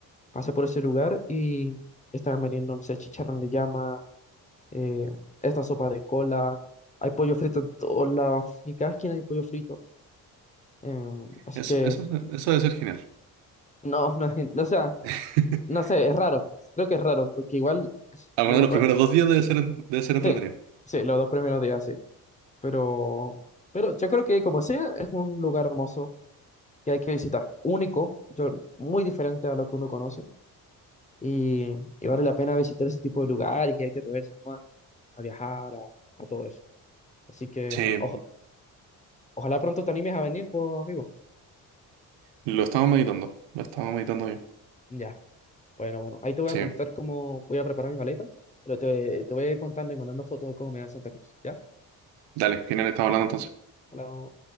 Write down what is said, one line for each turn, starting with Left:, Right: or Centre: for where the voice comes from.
Left: Pasé por ese lugar y estaban vendiendo, no sé, chicharrón de llama, eh, esta sopa de cola, hay pollo frito en todos lados y cada esquina hay pollo frito. Em, así
Right: Eso,
Left: que
Right: eso, eso debe ser genial.
Left: No, no es, <laughs> gen- o sea,
Right: <laughs>
Left: no sé, es raro. Creo que es raro, porque igual,
Right: Al
Left: no,
Right: menos los primeros
Left: eh,
Right: dos días debe ser, debe ser
Left: sí,
Right: entretenido.
Left: sí, los dos primeros días sí. Pero, pero yo creo que como sea, es un lugar hermoso que hay que visitar. Único, yo, muy diferente a lo que uno conoce. Y, y vale la pena visitar ese tipo de lugares y hay que atreverse más a viajar, a, a todo eso. Así que
Right: Sí,
Left: mm, ojo- ojalá pronto te animes a venir, pues, amigo.
Right: lo estamos meditando, lo estamos meditando bien.
Left: Ya, bueno, bueno. Ahí te voy
Right: Sí,
Left: a contar cómo voy a preparar mi maleta, pero te, te voy a ir contando y mandando fotos de cómo me da Santa Cruz, ¿ya?
Right: dale, final, estamos hablando entonces.
Left: Hola,